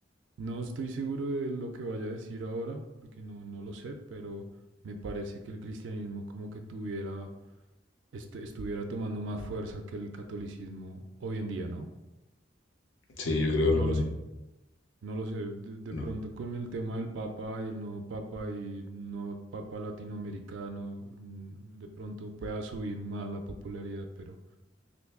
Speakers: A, on the right; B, on the left.
A: no estoy seguro de lo que vaya a decir ahora, porque no, no lo sé, pero me parece que el cristianismo como que tuviera... est- estuviera tomando más fuerza que el catolicismo hoy en día, ¿no?
B: sí, yo creo
A: No
B: lo mismo.
A: lo sé. No lo sé, de, de
B: No,
A: pronto con el tema del Papa y el nuevo Papa y no Papa latinoamericano, mm, de pronto pueda subir más la popularidad, pero